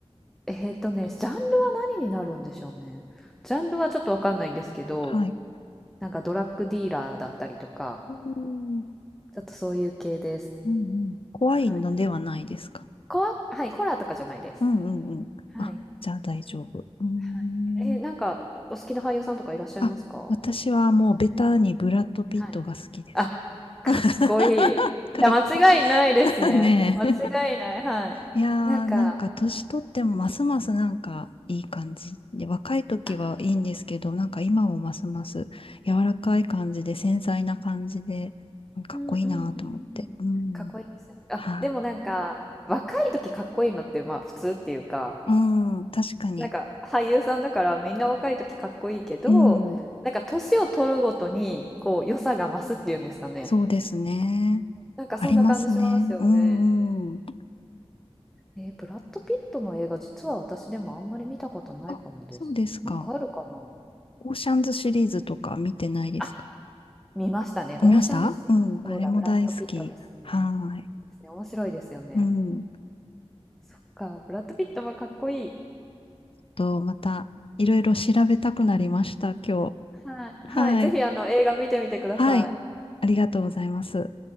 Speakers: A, in the centre; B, on the left (about 60°).
A: えーとね、ジャンルは何になるんでしょうね。ジャンルはちょっとわかんないんですけど、
B: はい。
A: なんかドラッグディーラーだったりとか、
B: おー
A: ちょっとそういう系です。
B: うんうん。怖いのではないですか
A: はい。コア、はい、コラとかじゃないです。
B: うんうんうん。
A: はい。
B: あ、じゃあ大丈夫。うーん。
A: はい。えーなんか、お好きな俳優さんとかいらっしゃいますか
B: あ、私はもうベタにブラッド・ピットが好きです。
A: はい。あ、かっこいい。
B: <laughs> かっ
A: いや、間違いないですね。
B: こいいねえ。
A: 間違いない。はい。
B: いやー、
A: なんか、
B: なんか年取ってもますますなんかいい感じで、
A: うん。
B: 若い時はいいんですけど、
A: あ、
B: なんか今もますます柔らかい感じで、繊細な感じで、かっこいいなと思って。
A: うんうんうんうん。
B: うん。
A: かっこいいですよね。あ、
B: はい。
A: でもなんか、若い時かっこいいのって、まあ普通っていうか、
B: うん、確かに。
A: なんか俳優さんだからみんな若い時かっこいいけど、
B: うん、
A: なんか年を取るごとにこう良さが増すっていうんですかね。
B: そうですね。
A: なんかそんな感じしますよね。
B: ありますね。うんうん。
A: えーブラッド・ピットの映画実は私でもあんまり見たことないかもです。
B: あ、そうですか。
A: なんかあるかな
B: オーシャンズシリーズとか見てないですか
A: あ、見ましたね。オーシャンズ・
B: 見ましたうん、
A: セブン。
B: あれも大好き。
A: そうだ、ブラッド・ピットですね。
B: はーい。
A: いいですね。面白いですよね。
B: うん。
A: そっか、ブラッド・ピットはかっこいい。
B: と、またいろいろ調べたくなりました、今
A: はい。はい。
B: 日。はい。
A: ぜひあの映画見てみてください。
B: はい。ありがとうございます。